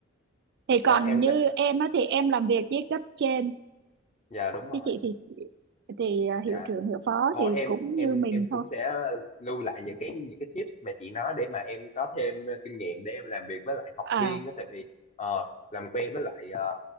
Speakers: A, on the right; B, on the left.
A: thì còn
B: à, em
A: như em á thì em làm việc với cấp trên
B: dạ đúng rồi
A: chứ chị thì thì ờ, hiệu
B: dạ
A: trưởng hiệu phó
B: thôi
A: thì
B: em
A: cũng
B: em
A: như mình
B: em cũng
A: thôi
B: sẽ lưu lại những cái những cái tips mà chị nói để mà em có thêm kinh nghiệm để em làm việc với lại học
A: à
B: viên đó tại vì ờ, làm quen với lại ờ,